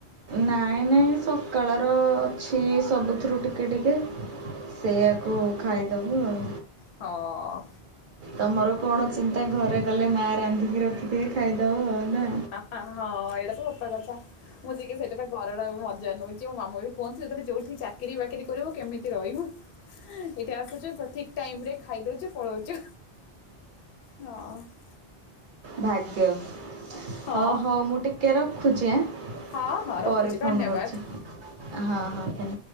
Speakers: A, on the right; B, on the left.
A: ନାଇ ନାଇ ସକାଳର ଅଛି ସବୁଥିରୁ ଟିକେ ଟିକେ। ସେଇଆାକୁ ଖାଇଦବୁ ଆଉ।
B: ହ ଅ।
A: ତମର କଣ ଚିନ୍ତା ଘରେ ଗଲେ ମା ରାନ୍ଧିକି ରଖିଥିବେ ଖାଇଦବ ଆଉ ନା।
B: ହ ହଁ ଏଇଟା ତ ସତ କଥା। ମୁଁ ଯିକେ ସେଇଟା ତ ଘରର ବି ମଜା ନଉଚି। ମୋ ମାମା ବି କୁହନ୍ତି ସେ ଯଦି ଯୋଉଠି ଚାକିରି ବାକିରି କରିବୁ କେମିତି ରହିବୁ। ଏଠି ଆସୁଚୁ ସଠିକ୍ ଟାଇମ୍ ରେ ଖାଇଦଉଚୁ ପଳଉଚୁ। ହଁ।
A: ଭାଗ୍ୟ।
B: ହଁ
A: ହଉ ହଉ ମୁଁ ଟିକେ ରଖୁଚି ଆ।
B: ହଁ ହଁ
A: ପରେ
B: ରଖୁଛି
A: ଫୋନ
B: ଧନ୍ୟବାଦ
A: କରୁଚି। ହଁ ହଁ।